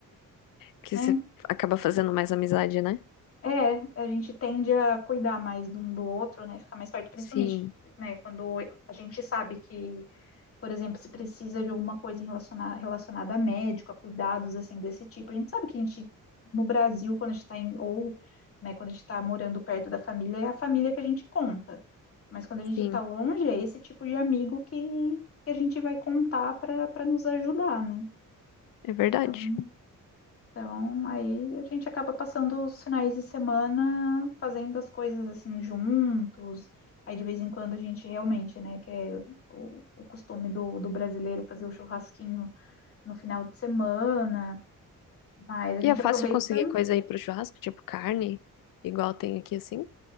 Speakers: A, on the left; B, on the left.
A: que
B: né?
A: você acaba fazendo mais amizade, né?
B: É, a gente tende a cuidar mais de um do outro, né? Ficar mais perto, principalmente,
A: Sim,
B: né? Quando a gente sabe que, por exemplo, se precisa de alguma coisa relacionada, relacionada a médico, a cuidados assim desse tipo. A gente sabe que a gente, no Brasil, quando a gente está em, ou, né, quando a gente está morando perto da família, é a família que a gente conta. Mas quando a gente
A: sim,
B: está longe, é esse tipo de amigo que, que a gente vai contar para para nos ajudar, né?
A: é verdade.
B: Então, então, aí a gente acaba passando os finais de semana fazendo as coisas assim juntos. Aí de vez em quando a gente realmente, né, que é o, o costume do, do brasileiro fazer o churrasquinho no final de semana. Mas a
A: E
B: gente
A: é fácil
B: aproveita.
A: conseguir coisa aí pro churrasco, tipo carne, igual tem aqui assim?